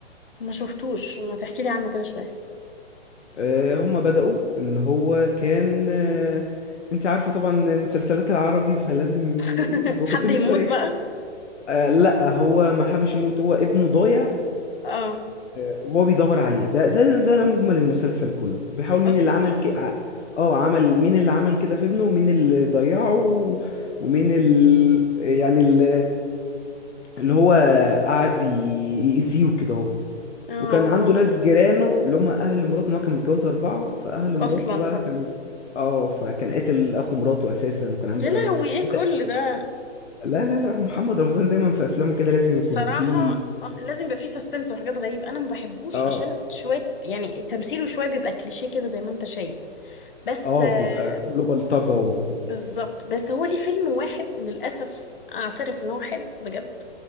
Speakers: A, on the left; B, on the left.
A: ما شفتوش ما تحكي لي عنه كده شويه
B: آه، هما بدأوا ان هو كان آه، انت عارفة طبعا مسلسلات العربي فلازم
A: <laughs>
B: يحبكوا
A: حد
B: الدنيا
A: يموت
B: شوية
A: بقى
B: آه، لا هو ما حبش يموت هو ابنه ضايع
A: اه
B: آه، وهو بيدور عليه ده ده ده ده مجمل المسلسل كله وبيحاول مين
A: اصلا
B: اللي عمل
A: بقى
B: ك... ع- اه عمل مين اللي عمل كده في ابنه ومين اللي ضيعه و- ومين ال... يعني ال... اللي هو قعد ي- يأذيه كده
A: اه اه
B: وكان عنده
A: آه.
B: ناس جيرانه اللي هم اهل مراته ان هو كان متجوز اربعه فاهل مراته
A: اصلا
B: بقى
A: بقى
B: كانوا اه فكان قاتل اخو مراته اساسا وكان عامل
A: يا
B: بلاوي
A: لهوي ايه
B: هو
A: كل
B: ده-
A: ده
B: لا لا لا هو محمد رمضان دايما في افلامه كده لازم يكون
A: بصراحة
B: فيه
A: آه، لازم يبقى فيه سسبنس وحاجات غريبة أنا ما بحبوش
B: اه
A: عشان شوية يعني تمثيله شوية بيبقى كليشيه كده زي ما أنت شايف بس
B: اه
A: آه،
B: بيبقى كله بلطجه و
A: بالظبط بس هو ليه فيلم واحد للأسف أعترف إن هو حلو بجد